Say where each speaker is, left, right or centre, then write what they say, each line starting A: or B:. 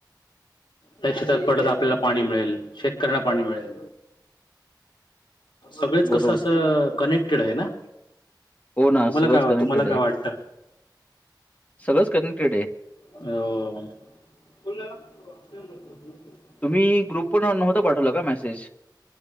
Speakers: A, on the left (about 85°); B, on the left (about 20°).
A: त्या शेतात पडत आपल्याला पाणी मिळेल शेतकऱ्यांना पाणी मिळेल सगळेच कस
B: बरोबर
A: अस कनेक्टेड हाय ना
B: हो ना
A: तुम्हाला
B: सगळंच
A: काय वा-
B: कनेक्टेड
A: तुम्हाला काय
B: हाय
A: वाटतं
B: सगळंच कनेक्टेड हाय
A: हो
B: तुम्ही ग्रुप पण नव्हता पाठवला का मेसेज